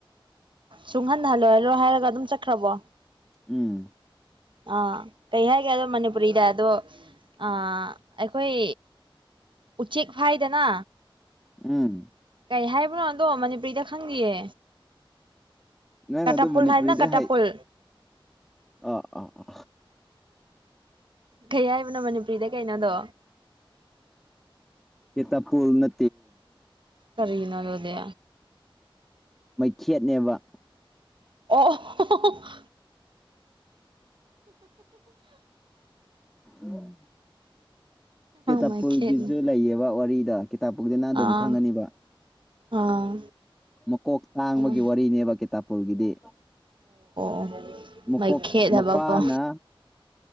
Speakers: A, on the right; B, in the centre.
A: ꯁꯨꯡꯍꯟꯍꯜꯂꯣꯏꯍꯜꯂꯣꯏ ꯍꯥꯏꯔꯒ ꯑꯗꯨꯝ ꯆꯠꯈ꯭ꯔꯕꯣ
B: ꯎꯝ
A: ꯑ ꯀꯩ ꯍꯥꯏꯒꯦ ꯑꯗꯣ ꯃꯅꯤꯄꯨꯔꯤꯗ ꯑꯗꯣ ꯑ ꯑꯩꯈꯣꯏ ꯎꯆꯦꯛ ꯐꯥꯏꯗꯅ
B: ꯎꯝ
A: ꯀꯩ ꯍꯥꯏꯕꯅꯣ ꯑꯗꯣ ꯃꯅꯤꯄꯨꯔꯤꯗ ꯈꯪꯈꯤꯌꯦ
B: ꯅꯪꯅ
A: ꯀꯇꯥ
B: ꯑꯗꯨ
A: ꯄꯜ
B: ꯃꯅꯤꯄꯨꯔꯤꯗ
A: ꯍꯥꯏꯅ ꯀꯥꯇꯥ
B: ꯍꯥꯏ
A: ꯄꯣꯜ
B: ꯑꯥ ꯑꯥ ꯑ
A: ꯀꯩ ꯍꯥꯏꯕꯅꯣ ꯃꯅꯤꯄꯨꯔꯤꯗ ꯀꯩꯅꯣꯗꯣ
B: ꯌꯦꯦ ꯇ ꯄꯨꯨꯜ ꯅ
A: ꯀꯔꯤꯅꯔꯣꯗꯨꯗꯤ
B: ꯃꯩꯈꯦꯠꯅꯦꯕ
A: ꯑꯣ
B: ꯎꯝ ꯀꯦꯇꯄꯨꯔꯒꯤꯁꯨ
A: ꯃꯩꯈꯦꯠꯅꯤ
B: ꯂꯩꯌꯦꯕ ꯋꯥꯔꯤ ꯀꯤꯇꯥꯞꯄꯗꯤꯅ ꯑꯗꯨꯝ
A: ꯑꯥ
B: ꯈꯪꯉꯅꯤꯕ
A: ꯑꯥ
B: ꯃꯀꯣꯛ ꯇꯥꯡꯕꯒꯤ
A: ꯑꯣ
B: ꯋꯥꯔꯤꯅꯦꯕ ꯀꯦꯇꯥꯄꯨꯜꯒꯤꯗꯤ
A: ꯑꯣ
B: ꯃꯀꯣꯛ
A: ꯃꯩꯈꯦꯠ ꯍꯥꯏꯕꯀꯣ
B: ꯃꯄꯥꯅ